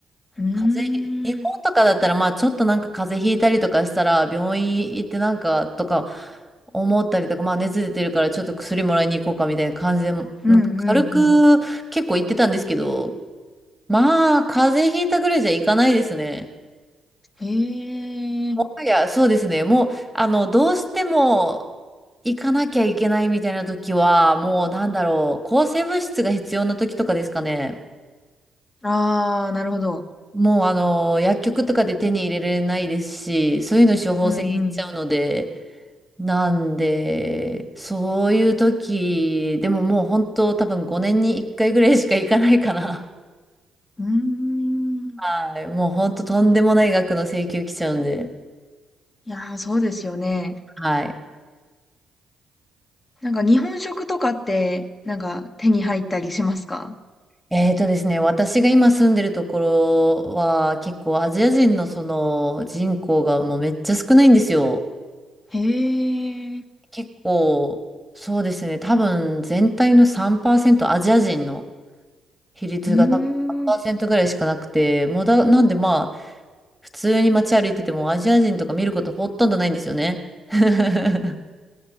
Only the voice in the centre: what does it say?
風邪、日本とかだったら、まあちょっとなんか風邪ひいたりとかしたら、病院行ってなんかとか思ったりとか、まあ熱出てるからちょっと薬もらいに行こうかみたいな感じで、なんか軽く結構行ってたんですけど、
まあ風邪ひいたぐらいじゃ行かないですね。
もはや、そうですね。もう、あの、どうしても行かなきゃいけないみたいな時は、もうなんだろう、抗生物質が必要な時とかですかね。
もうあの、薬局とかで手に入れられないですし、そういうの処方箋いっちゃうので、
なんで、そういう時、でももう本当多分5年に1回ぐらいしか行かないかな。<laughs>
はい。もう本当とんでもない額の請求来ちゃうんで。
はい。
えーとですね、私が今住んでるところは結構アジア人のその人口がもうめっちゃ少ないんですよ。
結構、そうですね、多分全体の3%アジア人の。比率が多分さんパーセントぐらいしかなくて、
もうだ、なんでまあ、普通に街歩いててもアジア人とか見ることほとんどないんですよね。<laughs>